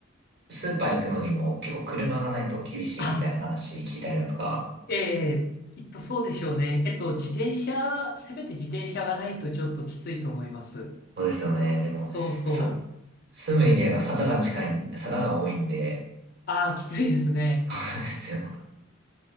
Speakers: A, on the right; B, on the left.
A: スーパー行くのにも結構車がないと厳しいみたいな話聞いたりだとか。
B: あ、ええ、ええきっとそうでしょうね。えっと、自転車、せめて自転車がないとちょっときついと思います。
A: そうですよね。でも、
B: そうそう。
A: さ、住むエリアが坂が近いん、坂が多いんで、
B: ああ、きついですね。
A: <laughs> そうですよ。